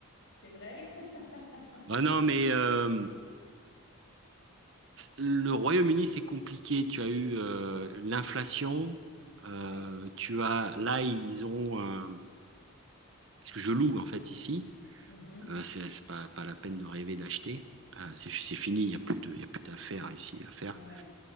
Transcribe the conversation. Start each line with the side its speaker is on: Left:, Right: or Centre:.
Left: C'est vrai? <laughs>
Right: Ah non, mais euh, le Royaume-Uni, c'est compliqué. Tu as eu euh, l'inflation. euh,
Left: Oui.
Right: tu as là, ils ont un- parce que je loue en fait ici.
Left: Mhm.
Right: Euh, c'est c'est pas, pas la peine de rêver d'acheter. Euh, c'est c'est fini. Il y a plus de, il y a plus d'affaires ici à faire.
Left: Ouais.